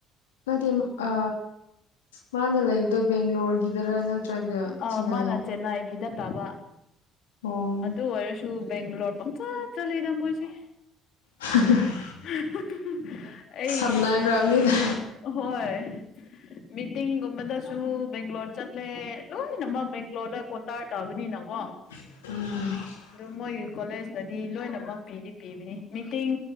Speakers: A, on the left (about 75°); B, on the left (about 55°).
A: ꯅꯇꯦ ꯑ ꯃꯥꯅ ꯂꯩꯕꯗ ꯕꯦꯡꯒ꯭ꯂꯣꯔꯒꯤꯗꯔ ꯅꯠꯇ꯭ꯔꯒ
B: ꯑ
A: ꯆꯤꯅꯥꯒꯤ
B: ꯃꯥꯅ ꯆꯦꯟꯅꯥꯏꯒꯤꯗ ꯇꯥꯕ
A: ꯑꯣ
B: ꯑꯗꯨ ꯑꯣꯏꯔꯁꯨ ꯕꯦꯡꯒꯂꯣꯔ ꯄꯪ ꯆꯂꯦ ꯃꯣꯏꯁꯦ
A: <inaudible>
B: ꯍꯨꯝ ꯍꯨꯝ
A: ꯁꯝꯅꯈ꯭ꯔꯕꯅꯤꯅ
B: ꯑꯩ ꯍꯣꯏ ꯃꯤꯇꯤꯡꯒꯨꯝꯕꯗꯁꯨ ꯕꯦꯡꯒ꯭ꯂꯣꯔ ꯆꯠꯂꯦ ꯂꯣꯏꯅꯃꯛ ꯕꯦꯡꯒ꯭ꯂꯣꯔꯗ ꯀꯣꯇꯥꯔ ꯇꯥꯕꯅꯤꯅꯀꯣ
A: ꯑꯥ
B: ꯑꯗꯨ ꯃꯣꯏꯒꯤ ꯀꯣꯂꯦꯖꯇꯗꯤ ꯂꯣꯏꯅꯃꯛ ꯄꯤꯗꯤ ꯄꯤꯕꯅꯤ ꯃꯤꯇꯤꯡ